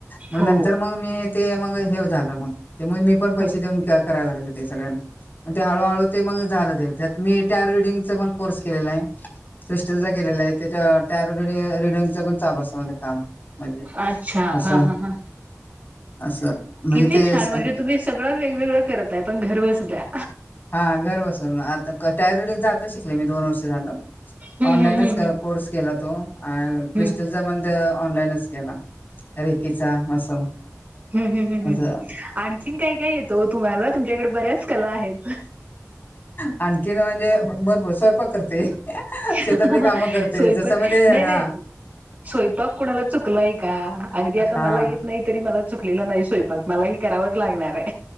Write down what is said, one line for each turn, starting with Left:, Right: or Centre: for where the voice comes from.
Left: मग
Right: हो
Left: नंतर मग मी ते मग हे झालं मग त्यामुळे मी पण पैसे
Right: हो
Left: देऊन करायला लागले ते सगळ्यांना पण ते हळूहळू ते मग झालं त्याचात मी टार्गेटीगचा पण कोर्स केलेला आहे, क्रिस्टलचा केलेला आहे त्याचा ट्यारो रिडी रिडिंगच पण चालू असतं माझ काम म्हणजे
Right: अच्छा
Left: असं
Right: हा हा हा
Left: असं म्हणजे
Right: किती
Left: ते
Right: छान म्हणजे तुम्ही सगळं वेगवेगळं करताय पण घर बसल्या.
Left: हा घर बसून आता टायर रिडिंग च आता शिकलेय मी दोन वर्ष झाल.
Right: हम्म
Left: ऑनलाईनच
Right: हम्म
Left: कोर्स केला तो अ क्रिस्टलचा
Right: हम्म
Left: पण तो ऑनलाईनच केला रेकीेचा असं
Right: ह ह ह ह
Left: असं
Right: आणखीन काय काय येत ओ तुम्हाला तुमच्याकडे बऱ्याच कला आहेत.
Left: आणखीन म्हणजे भरपूर स्वयंपाक करते.
Right: <inaudible> स्वयपाक
Left: शेतातली कामं करते जसं म्हणजे
Right: नाही
Left: हा.
Right: नाही स्वयपाक कुणाला चुकलाय का अगदी आता
Left: हा
Right: मला येत नाही तरी मला चुकलेलं नाही स्वयंपाक मलाही करावाच लागणाराय.